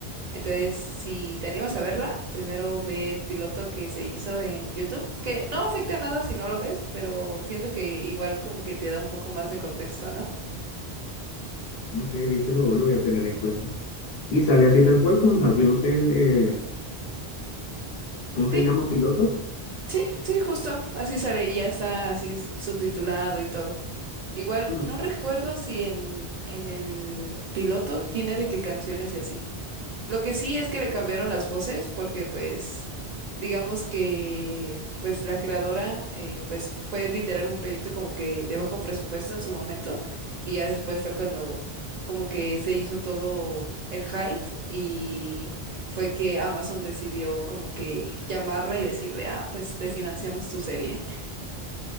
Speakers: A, on the right; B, on the left.
A: Entonces, si te animas a verla, primero ve el piloto que se hizo en YouTube, que no afecta nada si no lo ves, pero siento que igual como que te da un poco más de contexto, ¿no?
B: Ok, listo, lo, lo voy a tener en cuenta. Y sale así tal cual como Has Been Hotel, eh, ¿cómo
A: sí
B: se llama? Piloto.
A: Sí, sí, justo, así sale y ya está así subtitulado y todo. Igual
B: Bueno,
A: no recuerdo si en, en el piloto tiene de qué canciones y así. Lo que sí es que le cambiaron las voces porque pues digamos que pues la creadora eh, pues fue literal un proyecto como que de bajo presupuesto en su momento y ya después fue cuando como que se hizo todo el hype y fue que Amazon decidió como que llamarla y decirle, ah, pues te financiamos tu serie. <laughs>